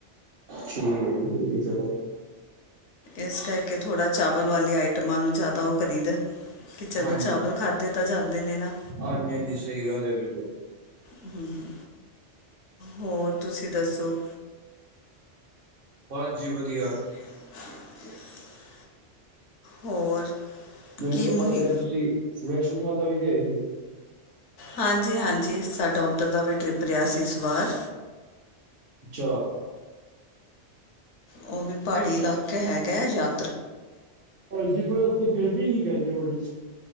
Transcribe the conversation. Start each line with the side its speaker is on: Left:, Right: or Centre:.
Right: ਠੀਕ ਐ-ਠੀਕ ਐ ਚਲੋ।
Left: ਇਸ ਕਰਕੇ ਥੋੜ੍ਹਾ ਚਾਵਲ ਵਾਲੀ ਆਈਟਮਾਂ ਨੂੰ ਜ਼ਾਦਾ ਓ ਕਰੀਦਾ। ਕੇ ਚਲੋ
Right: ਹਾਂਜੀ।
Left: ਚਾਵਲ ਖਾਧੇ ਤਾਂ ਜਾਂਦੇ ਨੇ ਨਾ।
Right: ਹਾਂਜੀ ਹਾਂਜੀ ਸਹੀ ਗੱਲ ਹੈ ਬਿਲਕੁਲ
Left: ਹੂੰ-ਹੂੰ, ਹੋਰ ਤੁਸੀਂ ਦੱਸੋ
Right: ਬਸ ਜੀ ਵਧੀਆ
Left: <unintelligible> ਹੋਰ
Right: ਮੈਨੂੰ
Left: ਕੀ
Right: ਪਤਾ
Left: ਮੁਹਿੰਮ
Right: ਲੱਗਿਆ ਤੁਸੀਂ ਵੈਸ਼ਨੋ ਮਾਤਾ ਵੀ ਗਏ ਸੀ
Left: ਹਾਂਜੀ ਹਾਂਜੀ ਸਾਡਾ ਉੱਧਰ ਦਾ ਵੀ ਟ੍ਰਿਪ ਰਿਹਾ ਸੀ ਇਸ ਵਾਰ
Right: ਅੱਛਾ
Left: ਉਹ ਵੀ ਪਹਾੜੀ ਇਲਾਕੇ ਹੈਗਾ ਯਾ
Right: ਭੈਣਜੀ ਪਰ ਉੱਥੇ ਗਰਮੀਂ ਸੀ ਜ਼ਿਆਦਾ ਬੜੀ